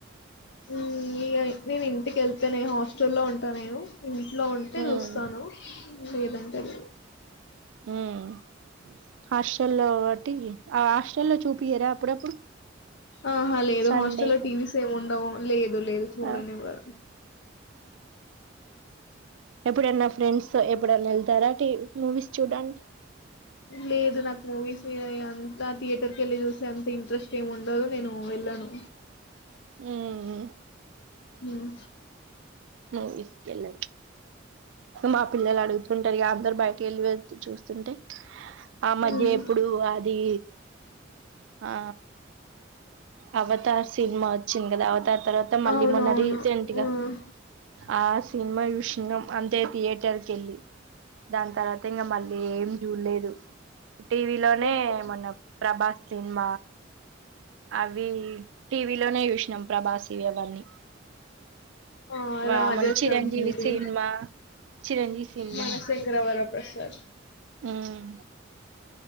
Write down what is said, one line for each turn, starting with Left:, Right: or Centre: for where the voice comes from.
Left: ఇ నేను ఇంటికి వెళ్తానే హాస్టల్లో ఉంటా నేను ఇంట్లో ఉంటే
Right: మ్మ్
Left: చూస్తాను ఏదంటే నే
Right: ఉమ్ హాస్టల్లో ఒకటి హాస్టల్లో చూపిించరా అప్పుడప్పుడు
Left: ఆహా లేదు
Right: సండే
Left: హాస్టల్లో లో టీవీస్ ఏమి ఉండవు లేదు లేదు చూడనివ్వారు
Right: ఆ ఎప్పుడైన్నా ఫ్రెండ్స్ తో ఎప్పుడన్నా వెళ్తారాటీ మూవీస్ చూడండి
Left: లేదు నాకు మూవీస్ మీద అంత థియేటర్ క వెళ్ళి చూసిే అంత ఇంట్రెస్ట్ ఏమి ఉండదు నేను వెళ్ళాను
Right: హ్మ్మ్
Left: ఉమ్,
Right: హు ఇసుకెళ్ళ మా పిల్లలు అడుగుతుంటారు అందరు బయటకి వెళ్ళి చూస్తే అం టే ఆ మధ్య
Left: ఉమ్,
Right: ఎప్పుడు అది ఆ అవతార్ సినిమా వచ్చింది కదా అవతార్ తర్వాత మళ్ళీ
Left: అవునవును
Right: మొన్న రీసెంట్ గా ఆ సినిమా విషయం అంతే థియేటర్కి వెళ్ళి దాని తర్వాత ఇంకా మళ్ళీ ఏం చూడలేదు టీవీ లోనే
Left: ఓకే
Right: మన ప్రభాస్ ఆ అవి టీవీలోనే చూసినాం ప్రభాస్ అవన్నీ
Left: ఆ
Right: వా
Left: రాజసబ్
Right: మన చిరంజీవి
Left: మూవీ
Right: సినిన్మా చిరంజీవి సినిమా
Left: మనశంకరవర ప్రసాద్
Right: ఉమ్